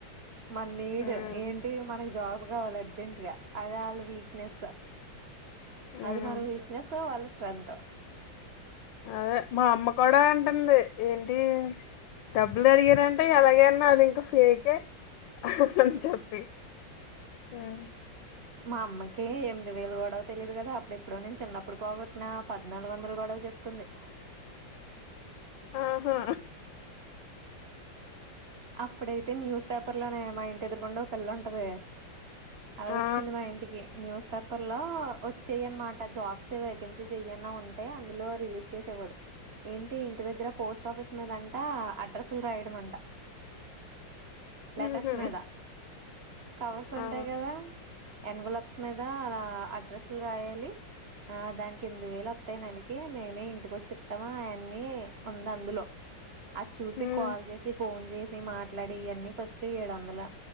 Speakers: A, on the right; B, on the left.
A: మన నీడ్
B: ఉమ్
A: ఏంటి మనకి జాబ్ కావాలి అర్జెంట్గా అదే ఆళ్ళ వీక్నెసు అది
B: ఉమ్
A: మన వీక్నెస్ వాళ్ళ టెంత్
B: అదే మా అమ్మ కూడా అంటంది ఏంటి డబ్బులు అడిగారంటే ఎలాగ నాది ఇంక ఫేకే అని చెప్పి హ్మ్
A: మా అమ్మకి ఎంమిది వేల గొడవ తెలియదు కదా అప్పుడు ఎప్పుడో నేను చిన్నప్పుడు పోగొట్టిన పద్నాలుగు వందల గొడవ చెప్తుంది
B: ఆహా
A: అప్పుడైతే న్యూస్ పేపర్లోనే మా ఇంటి ఎదురుగుండ ఓపిల్ల ఉంటది అది వచ్చింది
B: ఆ
A: మా ఇంటికి న్యూస్ పేపర్ లో వచ్చేయ్ అన్నమాట. జాబ్స్ ఏ వేకెన్సీస్ ఏయను అంటే అందులో రిలీజ్ చేసేవాడు. ఏంటి ఇంటి దగ్గర పోస్ట్ ఆఫీస్ మీద అం అడ్రస్సులు రాయడం అంట లెటర్స్
B: ఉహు
A: మీద కవర్స్ ఉంటాయి
B: ఆ
A: కదా ఎన్వలప్స్ మీద ఆ అద్ అడ్రస్లు రాయాలి ఆ దానికి ఎనిమిది వేలు వత్తాయి. నెలకి మేమే ఇంటికి వచ్చి ఇత్తము. అవన్నీ ఉంది అందులో అచ్చుసి
B: ఉమ్
A: కాల్ చేసి ఫోన్ చేసి మాట్లాడి ఇవన్నీ ఫస్ట్ ఏడు వందల